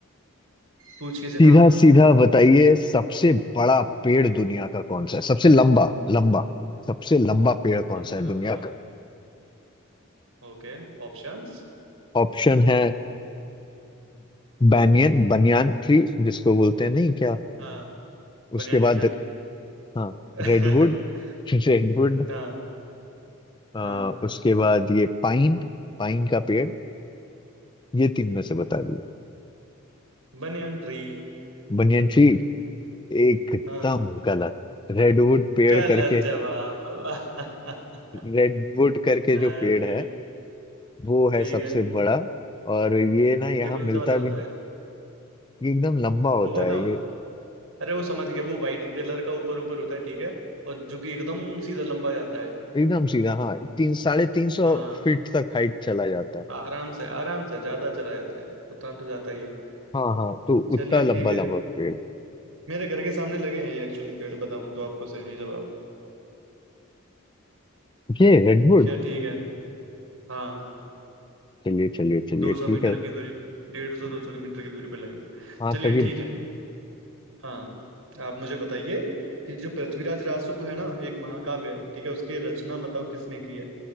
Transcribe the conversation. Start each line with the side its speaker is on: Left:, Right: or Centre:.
Right: पूछिए जनाब
Left: सीधा सीधा बताइए सबसे बड़ा पेड़ दुनिया का कौन सा है सबसे लंबा लंबा सबसे लंबा पेड़ कौन
Right: सबसे
Left: सा है दुनिया
Right: लंबा
Left: का
Right: ओके ऑप्शंस
Left: ऑप्शन है बैनियन बनियान ट्री जिसको बोलते हैं नहीं क्या
Right: हाँ
Left: उसके
Right: बनियान
Left: बाद
Right: टी शर्ट
Left: हाँ
Right: <laughs>
Left: रेडवुड रेडवुड
Right: हाँ
Left: <laughs>
Right: हाँ
Left: उसके बाद ये पाइन पाइन का पेड़ ये तीन में से बता दिया
Right: Banyan tree
Left: Banyan tree एकदम
Right: हाँ
Left: गलत रेडवुड पेड़
Right: गलत
Left: करके
Right: जवाब <laughs>
Left: रेडवुड करके
Right: अरे
Left: जो पेड़ है वो है
Right: ठीक
Left: सबसे
Right: है
Left: बड़ा और ये ना यहाँ
Right: ये कौन
Left: मिलता
Right: सा वाला होता
Left: भी नहीं
Right: है
Left: ये एकदम लंबा होता
Right: वो वाला
Left: है ये
Right: अरे वो समझ गया वो वाइट कलर का ऊपर ऊपर होता है ठीक है और जो कि एकदम सीधा लंबा जाता है
Left: एकदम सीधा हाँ तीन साढ़े तीन सौ
Right: हाँ
Left: फीट तक हाइट चला जाता है
Right: आराम से आराम से ज्यादा चला जाता है उतना तो जाता ही है
Left: हाँ हाँ तो उतना
Right: चलिए
Left: लंबा
Right: ठीक
Left: लंबा
Right: है
Left: पेड़
Right: मेरे घर के सामने लगे हैं ये एक्चुअली पेड़ बताऊं तो आपको सही जवाब
Left: ये रेडवुड
Right: क्या ठीक है हाँ
Left: चलिए चलिए चलिए
Right: दो सौ
Left: ठीक
Right: मीटर
Left: है
Right: की दूरी पे डेढ़ सौ दो सौ मीटर की दूरी पे लगे हैं।
Left: हाँ
Right: चलिए
Left: तभी
Right: ठीक है हाँ आप मुझे बताइए कि जो पृथ्वीराज रासो है ना एक महाकाव्य है ठीक है उसकी रचना बताओ किसने की है